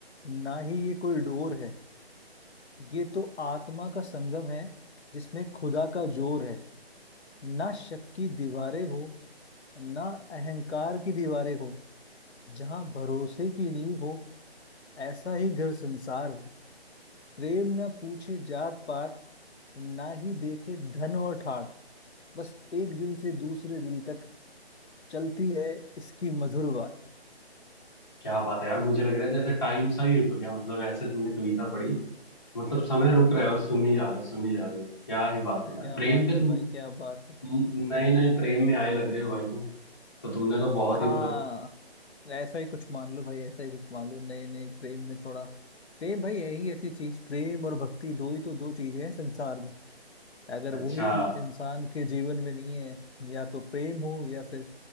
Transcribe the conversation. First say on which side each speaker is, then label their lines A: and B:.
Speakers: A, on the left; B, on the left.
A: ना ही ये कोई डोर है ये तो आत्मा का संगम है जिसमें खुदा का जोर है ना शक की दीवारें हो ना अहंकार की दीवारें हो जहाँ भरोसे की नींव हो ऐसा ही घर संसार हो प्रेम न पूछे जात पात ना ही देखे धन और ठाट बस एक दिल से दूसरे दिल तक चलती है इसकी मधुर बात
B: क्या बात है यार मुझे लग रहा है जैसे टाइम सा ही रुक गया मतलब ऐसे तुमने कविता पढ़ी मतलब समय रुक रहा है और सुनने जा रहे हो सुनने जा रहे हो क्या ही बात है यार
A: क्या
B: प्रेम
A: बात
B: पे
A: है
B: तुम
A: भाई क्या बात है
B: नए नए प्रेम में आए लग रहे हो भाई तुम तो तुमने तो बहुत
A: हाँ
B: ही मतलब
A: ऐसा ही कुछ मान लो भाई ऐसा ही कुछ मान लो नए नए प्रेम में थोड़ा प्रेम भाई यही ऐसी चीज प्रेम और भक्ति दो ही तो दो चीजें हैं संसार में अगर
B: अच्छा
A: वही इंसान के जीवन में नहीं है या तो प्रेम हो या फिर